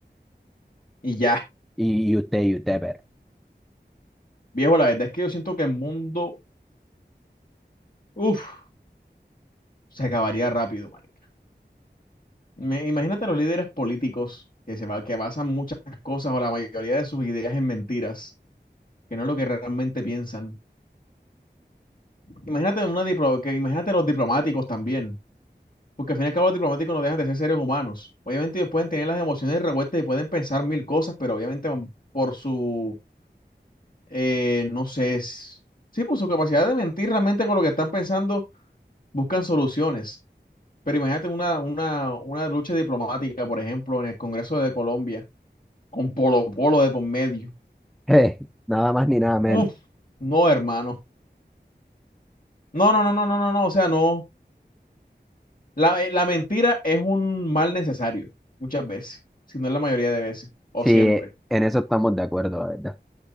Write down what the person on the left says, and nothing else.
Y ya,
viejo, la verdad es que yo siento que el mundo, uff, se acabaría rápido, marica. Me- imagínate los líderes políticos que se va, que basan muchas cosas o la mayoría de sus ideas en mentiras, que no es lo que realmente piensan. Imagínate una diplo- que imagínate los diplomáticos también. Porque al fin y al cabo los diplomáticos no dejan de ser seres humanos. Obviamente ellos pueden tener las emociones revueltas y pueden pensar mil cosas, pero obviamente van por su, eh, no sé, s- sí, por su capacidad de mentir realmente con lo que están pensando, buscan soluciones. Pero imagínate una, una, una lucha diplomática, por ejemplo, en el Congreso de Colombia, con Polo Polo de por medio.
Uf, no, hermano. No, no, no, no, no, no, no. O sea, no. La, eh, la mentira es un mal necesario, muchas veces, si no es la mayoría de veces, o
siempre.